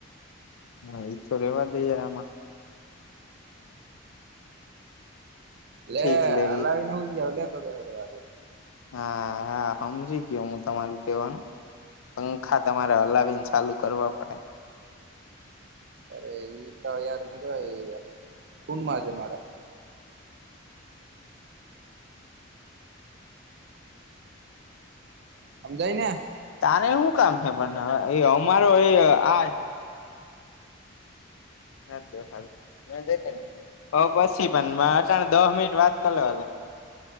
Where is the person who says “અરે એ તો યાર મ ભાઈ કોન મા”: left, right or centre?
Right